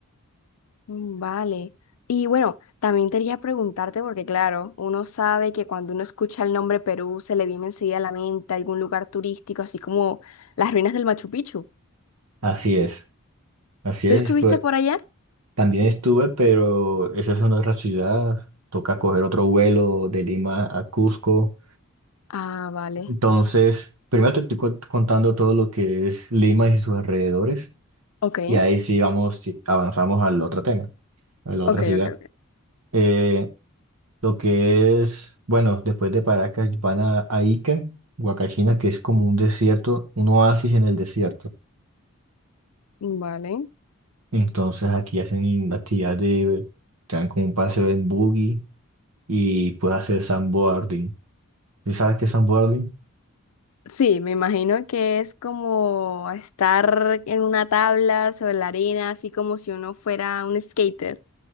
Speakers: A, on the left (about 80°); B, on the right (about 85°).
A: Mm, Vale. Y bueno, también te quería preguntarte, porque claro, uno sabe que cuando uno escucha el nombre Perú, se le viene enseguida a la mente algún lugar turístico, así como las ruinas del Machu Picchu.
B: Así es, así
A: ¿Tú
B: es,
A: estuviste
B: pues
A: por allá?
B: también estuve, pero esa es una otra ciudad, toca coger otro vuelo de Lima a Cusco.
A: Ah, vale.
B: Entonces, primero te estoy co- contando todo lo que es Lima y sus alrededores,
A: Ok,
B: y ahí sí vamos, sí, avanzamos al otro tema, a la otra
A: ok,
B: ciudad.
A: ok, ok.
B: Eh, Lo que es, bueno, después de Paracas van a, a Ica, Huacachina, que es como un desierto, un oasis en el desierto.
A: Vale.
B: Entonces aquí hacen la actividad de, te dan como un paseo en buggy y puedes hacer sandboarding. ¿Y sabes qué es sandboarding?
A: Sí, me imagino que es como estar en una tabla sobre la arena, así como si uno fuera un skater.